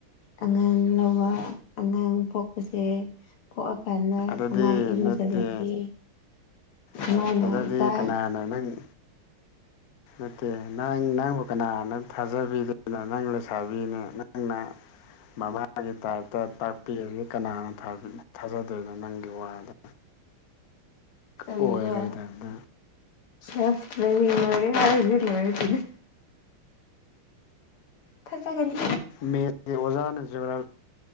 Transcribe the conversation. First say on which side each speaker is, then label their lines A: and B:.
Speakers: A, on the left; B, on the left.
A: ꯑꯉꯥꯡ ꯂꯧꯕ ꯑꯉꯥꯡ ꯄꯣꯛꯄꯁꯦ ꯄꯣꯛꯑꯀꯥꯟꯗ
B: ꯑꯗꯨꯗꯤ
A: ꯀꯃꯥꯏ ꯏꯔꯨꯖꯒꯅꯤ
B: ꯅꯠꯇꯦ ꯑꯗꯨꯗꯤ
A: ꯅ ꯅ ꯆ
B: ꯀꯅꯥꯅ ꯅꯪ ꯅꯠꯇꯦ ꯅꯪ ꯅꯪꯕꯨ ꯀꯅꯥꯅ ꯊꯥꯖꯕꯤꯗꯣꯏꯅꯣ ꯅꯪ ꯂꯩꯁꯥꯕꯤꯅꯤ ꯅꯪꯅ ꯃꯃꯥꯒꯤ ꯇꯥꯏꯞꯇ ꯇꯥꯛꯄꯤꯔꯗꯤ ꯀꯅꯥꯅ ꯊꯥꯖꯗꯣꯏꯅꯣ ꯅꯪꯒꯤ ꯋꯥꯗ
A: ꯀꯔꯤꯔ
B: ꯑꯣꯏꯔꯣꯏꯗꯕꯗ
A: ꯆ ꯃꯔꯤꯦ ꯍꯥꯏ ꯃꯦ ꯊꯥꯖꯒꯅꯤ
B: ꯃ ꯔꯖꯥꯅꯁꯨꯨꯔꯥ